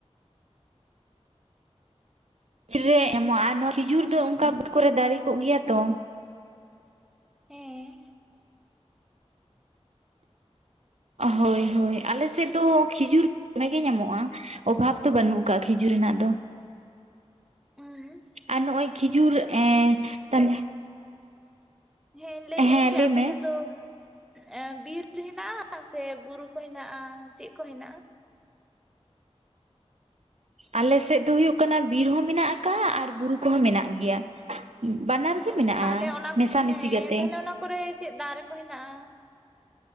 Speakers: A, on the right; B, in the centre.
A: <unintelligible> ᱨᱮ ᱮᱢᱚᱜᱼᱟ ᱟᱨ ᱱᱚᱣᱟ ᱠᱷᱤᱡᱩᱨ ᱫᱚ ᱚᱱᱠᱟ ᱵᱟᱹᱫᱽ ᱠᱚᱨᱮ ᱫᱟᱨᱮ ᱠᱚᱜ ᱜᱮᱭᱟ ᱛᱚ᱾
B: ᱦᱮᱸ᱾
A: ᱦᱳᱭ ᱦᱳᱭ᱾ ᱟᱞᱮᱥᱮᱫ ᱫᱚ ᱠᱷᱤᱡᱩᱨ ᱫᱚᱢᱮ ᱜᱮ ᱧᱟᱢᱚᱜᱼᱟ, ᱚᱵᱷᱟᱵ ᱫᱚ ᱵᱟᱹᱱᱩᱜ ᱟᱠᱟᱫᱟ᱾ ᱠᱷᱤᱡᱩᱨ ᱨᱮᱱᱟᱜ ᱫᱚ᱾
B: ᱚ ᱦᱮᱸ᱾
A: ᱟᱨ ᱱᱚᱜᱼᱚᱭ ᱠᱷᱤᱡᱩᱨ ᱮ ᱛᱟᱞᱦᱮ
B: ᱦᱮᱸ ᱤᱧ ᱞᱟᱹᱭᱮᱜ
A: ᱦᱮᱸ
B: ᱟᱹᱧ ᱡᱮ
A: ᱞᱟᱹᱭ
B: ᱟᱯᱮ
A: ᱢᱮ
B: ᱥᱮᱱ ᱫᱚ ᱮᱸ ᱵᱤᱨ ᱦᱮᱱᱟᱜᱼᱟ ᱥᱮ ᱵᱩᱨᱩ ᱠᱚ ᱦᱮᱱᱟᱜᱼᱟ ᱪᱮᱫ ᱠᱚ ᱦᱮᱱᱟᱜᱼᱟ? <inaudible>
A: ᱟᱞᱮ ᱥᱮᱫ ᱫᱚ ᱦᱩᱭᱩᱜ ᱠᱟᱱᱟ ᱵᱤᱨ ᱦᱚᱸ ᱢᱮᱱᱟᱜ ᱟᱠᱟᱜᱼᱟ ᱟᱨ ᱵᱩᱨᱩ ᱠᱚᱦᱚᱸ ᱢᱮᱱᱟᱜ ᱜᱮᱭᱟ᱾ ᱵᱟᱱᱟᱨ
B: ᱚ
A: ᱜᱮ ᱢᱮᱱᱟᱜᱼᱟ
B: ᱛᱟᱦᱚᱞᱮ ᱚᱱᱟ
A: ᱢᱮᱥᱟᱢᱤᱥᱤ
B: ᱦᱮᱸ
A: ᱠᱟᱛᱮ᱾
B: ᱛᱟᱦᱚᱞᱮ ᱚᱱᱟ ᱠᱚᱨᱮ ᱪᱮᱫ ᱫᱟ ᱨᱮ ᱠᱚ ᱦᱮᱱᱟᱜᱼᱟ?